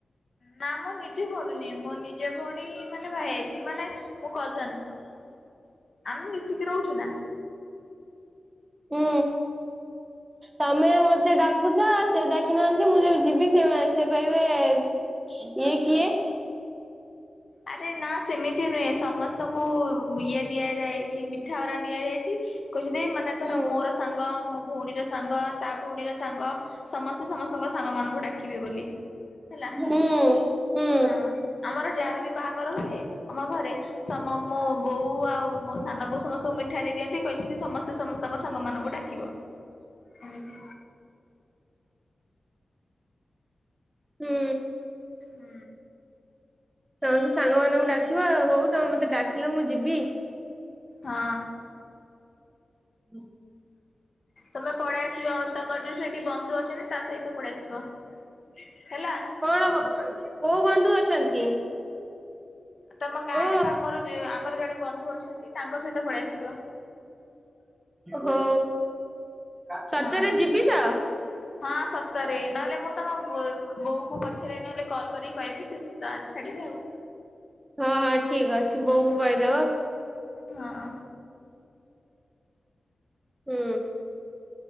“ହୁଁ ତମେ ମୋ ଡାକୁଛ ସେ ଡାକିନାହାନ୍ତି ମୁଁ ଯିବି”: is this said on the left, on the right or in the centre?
Right